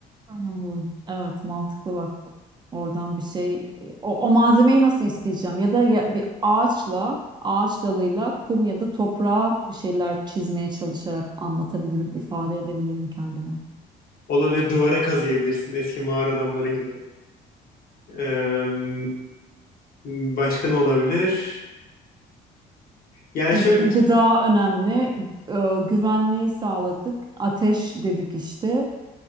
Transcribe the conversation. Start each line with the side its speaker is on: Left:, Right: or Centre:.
Right: Hmm, evet mantıklı bak bu. Oradan bir şey o, o malzemeyi nasıl isteyeceğim ya da ya- bir ağaçla ağaç dalıyla kum ya da toprağa bir şeyler çizmeye çalışarak anlatabilirim, ifade edebilirim kendimi.
Left: Olabilir duvara kazıyabilirsin eski mağara adamları gibi. Ee, başka ne olabilir? Yani
Right: E,
Left: şöyle
Right: gı-
Left: Evet.
Right: gıda önemli. E, güvenliği sağladık. Ateş dedik işte.